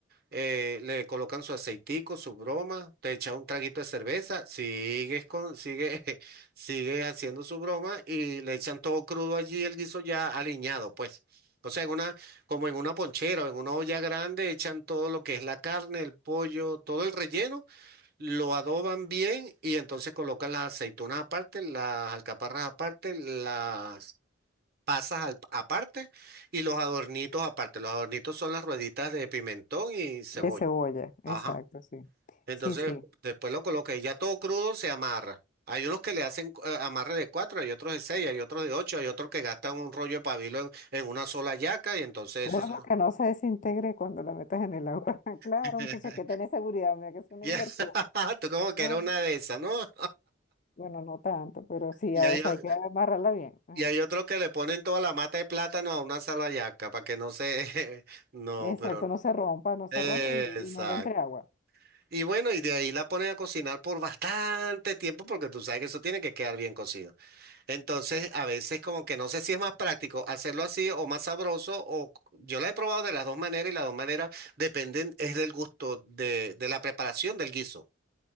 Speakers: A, on the right; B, on the left.
A: eh, le colocan su aceitico, su broma, te echa un traguito de cerveza, sigues con, sigue, <laughs> sigue haciendo su broma y le echan todo crudo allí, el guiso ya aliñado, pues. O sea, en una, como en una ponchera o en una olla grande, echan todo lo que es la carne, el pollo, todo el relleno, lo adoban bien y entonces colocan las aceitunas aparte, las alcaparras aparte, las pasas al- aparte y los adornitos aparte. Los adornitos son las rueditas de pimentón y cebolla.
B: De cebolla,
A: Ajá.
B: exacto, sí.
A: Entonces,
B: Sí, sí.
A: después lo coloca y ya todo crudo se amarra. Hay unos que le hacen eh, amarre de cuatro, hay otros de seis, hay otros de ocho, hay otros que gastan un rollo de pabilo en, en una sola yaca y entonces
B: Bueno,
A: eso son...
B: porque no se desintegre cuando la metas en el agua. <laughs> Claro,
A: <laughs>
B: muchacha, que tenés seguridad, mira que es una
A: Ya,
B: inversión.
A: <laughs> Tú como
B: Claro.
A: que era una de esas, ¿no?
B: Bueno, no tanto, pero sí,
A: Y
B: hay-
A: hay,
B: o sea,
A: o-
B: hay que amarrarla bien. Ajá.
A: y hay otros que le ponen toda la mata de plátano a una sola yaca para que no se... <laughs> No,
B: Exacto,
A: pero... no.
B: no se rompa, no se
A: Exacto.
B: rompa y, y no le entre agua.
A: Y bueno, y de ahí la ponen a cocinar por bastante tiempo porque tú sabes que eso tiene que quedar bien cocido. Entonces, a veces como que no sé si es más práctico hacerlo así o más sabroso, o yo la he probado de las dos maneras y las dos maneras dependen, es del gusto de, de la preparación del guiso.